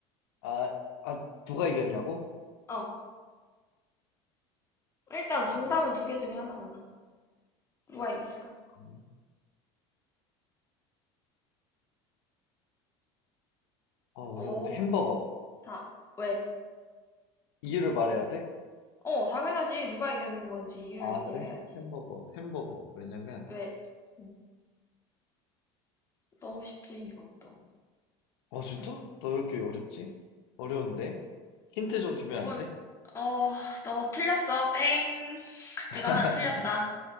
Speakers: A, on the left (about 90°); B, on the left (about 20°).
A: 아, 아, 누가 이겼냐고?
B: 어. 일단 정답은
A: 음,
B: 두 개 중에 하나잖아. 누가 이겼을까?
A: 잠깐만. 어, 어려운데.
B: 오,
A: 햄버거.
B: 사, 왜?
A: 이유를 말해야 돼?
B: 어, 당연하지. 누가 이겼는 건지 이유를
A: 아,
B: 얘기를
A: 그래?
B: 해야지.
A: 햄버거, 햄버거. 왜냐면,
B: 왜? 음, 너무 쉽지, 이것도.
A: 어, 진짜? 너 왜 이렇게 어렵지? 어려운데? 힌트 좀 주면
B: 뭐,
A: 안 돼?
B: 어, 너 틀렸어. 땡.
A: <laughs>
B: 이거 하나 틀렸다.